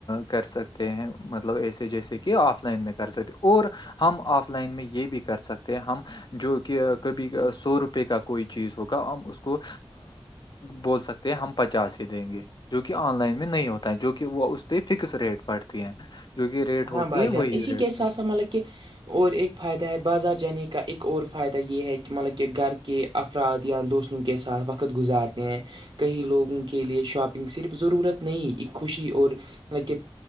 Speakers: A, on the left; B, on the right.
A: کر سکتے ہیں مطلب ایسے جیسے کہ آف لائن میں کر سکتے اور ہم آف لائن میں یہ بھی کر سکتے ہیں ہم جو کہ کبھی سو روپئے کا کوئی چیز ہوگا ہم اس کو بول سکتے ہیں ہم پچاس ہی دیں گے جو کہ آن لائن میں نہیں ہوتا جو کہ وہ اس پہ فکس ریٹ پڑتی ہیں جو کہ ریٹ
B: ہاں
A: ہوتی
B: بھائی
A: ہے
B: جان
A: وہی
B: اسی
A: ریٹ
B: کی سا
A: ہے
B: مطلب کہ اور ایک فائدہ ہے بازار جانے کا ایک اور فائدہ یہ ہے کہ مطلب کہ گھر کے افراد یا دوستوں کے ساتھ وقت گزارتے ہیں کہئی لوگوں کے لیے شاپنگ صرف ضرورت نہیں خوشی اور لک